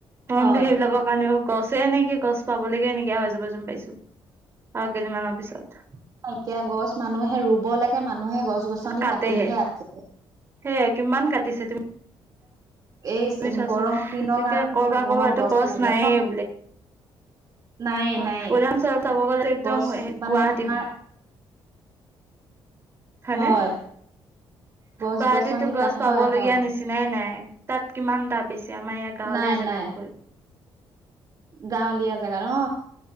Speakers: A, on the right; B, on the right.
A: ম
B: হয়
A: সেইবিলাকৰ কাৰণেও গছে, এনেকে গছ, পাবলৈকে এ নাইকিয়া হৈ যাব যম পাইছো আৰু কেইদিনমানৰ পিছত।
B: এতিয়া গছ মানুহে ৰুব লাগে মানুহে গছ,। গছ -গছনি
A: কাটেহে
B: কাটিহে আছে।
A: সেয়াই কিমান কাটিছে তুমি
B: এই
A: তুমি চোৱাচোন
B: গৰমৰ, দিনৰ
A: এতিয়া
B: কাৰণে
A: কৰবাত
B: মানুহক
A: কৰবাতো
B: গছ, লাগে
A: নাইয়ে
B: ন। নায়ে
A: হয়
B: নায়ে
A: উলাম চ চাব গ'লে একদম
B: গছ মানে
A: গুৱাহাটী
B: তোমাৰ
A: হয়। হয়নে
B: হয়- গছ
A: গুৱাহাটীতো,
B: গছনি
A: গছ,
B: হয়
A: পাবলগীয়া
B: হয়
A: নিচিনা। ব চিনাই নাই তাত কিমান দটা বেছি আমাৰ ইয়াৰ গাঁৱলীয়া
B: নাই
A: জেগাতকৈ।
B: নাই গাঁৱলীয়া জেগাত অ